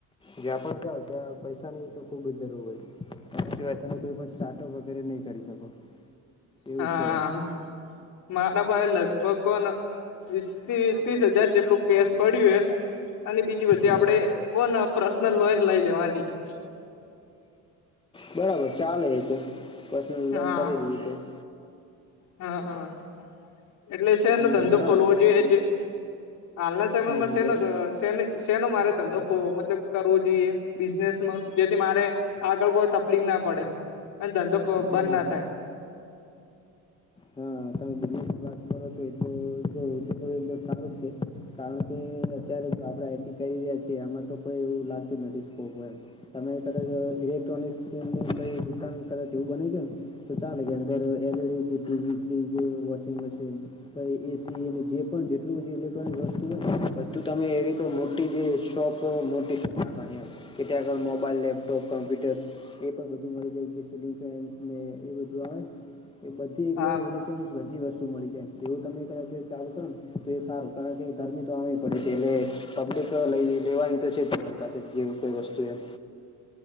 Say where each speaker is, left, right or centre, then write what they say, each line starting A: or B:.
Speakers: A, on the left (about 15°); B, on the left (about 65°).
A: જ્યાં પણ જાઓ ત્યાં પૈસા નહી તો ખૂબ જરૂર હોય સિવાય તમે કોઈ પણ સ્ટાર્ટઅપ વગેરે નહી કરી શકો એવું
B: હા
A: છે
B: મારા ભાઈ લગભગ કોન વીસ ત્રીસ હજાર જેટલું કેસ પડ્યું હ અને બીજી બધી
A: હા
B: આપણે કોણ પર્સનલ લોઈન લઈ લેવાની છે
A: બરાબર ચાલે હ તો પર્સનલ લોન
B: હા
A: કરી દીધું તો
B: હા હા એટલે છેનો
A: હમ
B: ધંધો
A: હા
B: ખોલવો
A: અત્યારે
B: જોઈએ
A: તો
B: જે હાલના સમયમાં
A: હમ હમ
B: છે
A: બોલો
B: તો શેનો મારે ધંધો મતલબ કરવો જોઈએ બિઝનેસમાં જેથી મારે આગળ કોઈ તકલીફ ના પડે અને ધંધો
A: હમ
B: બંધ ના
A: હમ
B: થાય.
A: હા તમે બની વાત કરો છો એ તો જો તો એકદમ સારું છે કારણ કે અત્યારે જો આપણેે આઈટી કરી રહ્યા છીએ એમાં તો કો એવું લાર્જ મેટસ્કોપ હોય તમે કદાચ ઇલેક્ટ્રોનિક દુકાન કદાચ એવું બની છે ને તો ચાલે કે અંદર LED, TV, fridge, washing machine AC જે પણ જેટલું બધું ઇલેક્ટ્રોનિક વસ્તુ હોય ને બધું તમે એવી કઈ મોટી જે <inaudible> સંખા આપની કેટગળ મોબાઈલ, લેપટપ, કમ્પ્યુટર એ પણ બધું મળી જાય સીલિંગ ફેન ને એ બધું આવે એ બધી
B: હા
A: એ બધી વસ્તુ મળી જાય એવું તમે ક ચાલુ કરો ને તો એ સારું કારણ કે ગરમી તો આમેય પડે છે, એટલે પબ્લિક લઈ લેવાની તો છેઝ તમારી પાસે જે કોઈ વસ્તુ એ